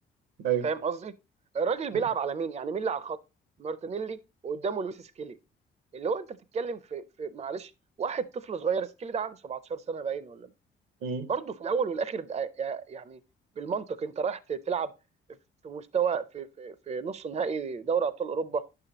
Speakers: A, on the right (about 80°); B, on the right (about 35°).
A: ايوه
B: فاهم قصدي الراجل
A: مم.
B: بيلعب على مين يعني مين اللي على الخط مارتينيلي وقدامه لويس سكيلي اللي هو انت بتتكلم في, في معلش واحد طفل صغير سكيلي ده عنده 17 سنه باين ولا
A: مم.
B: برضه في الاول والاخر ده- يعني بالمنطق انت رايح ت- تلعب في مستوى في في في نص نهائي دوري ابطال اوروبا